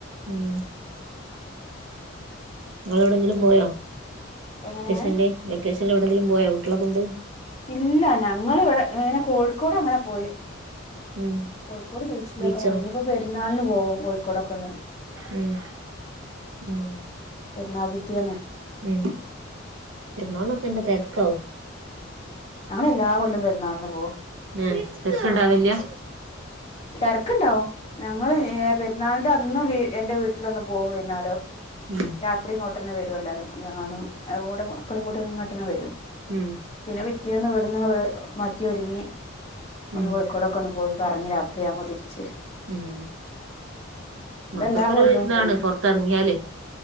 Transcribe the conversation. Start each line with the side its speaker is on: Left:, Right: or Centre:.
Right: ഉം നിങ്ങള് എവിടെങ്കിലും പോയോ
Left: എങ്ങനെ
Right: വെക്കേഷന്ല് വെക്കേഷൻ എവിടെങ്കിലും പോയോ കുട്ടികളെ കൊണ്ട്
Left: ഇല്ല ഞങ്ങൾ ഇവിടെ പിനെ കോഴിക്കോട് അങ്ങനെ പോയി
Right: ഉം
Left: കോഴിക്കോട് ബീച്ചിലൊക്കെ
Right: ബീച്ചോ
Left: നോയി ഇഞ്ഞിപ്പോ പരുന്ന ഞളിന് പോകും കോയിക്കോടക്കൊന്ന്
Right: ഉം ഉം
Left: പെരുന്നാൾ പിറ്റേന്ന്
Right: ഉം പരുന്നാൾ നോക്കെ എല്ലാ തരക്കാവും
Left: ഞങ്ങൾ എല്ലാ കൊല്ലം പരുന്നാളിന് പോ
Right: ഏ തർക്ണ്ടാവല്യാ
Left: തരക്ണ്ടാവും ഞങ്ങള് ഏ പെരുന്നാൾന് അന്ന് എന്റെ വീട്ടില് ഒന്ന് പോകും വൈന്നാരം
Right: ഉം
Left: രാത്രിങ്ങോട്ടന്നെ വരും എല്ലാരും ഞാനും ഓരെ മക്കളേം കൂട്ടി ഇങ്ങട്ടന്നെ വരും
Right: ഉം
Left: പിന്നെ പിറ്റേന്ന് ഇവിടുന്ന് മ റ്റി ഒര്ങ്ങി ഒന്ന്
Right: ഉം
Left: കോഴിക്കോട്ക്കൊന്ന് പോയി പറഞ്ഞി ത്രിയാവുമ്പോ തിരിച്ച് വരും
Right: ഉം
Left: അതെല്ലാ
Right: മക്കൾക്കൊരു
Left: കൊല്ലോം
Right: ഇതാണ്
Left: പോവും
Right: പുറത്തിറങ്ങിയാലേ